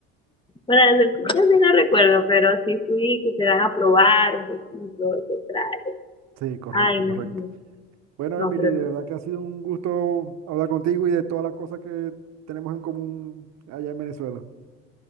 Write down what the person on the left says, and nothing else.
Bueno, las salchichas sí no recuerdo, pero sí fui que te dan a probar un poquito, te trae.
Ay,
no, no, no,
no, pero
no.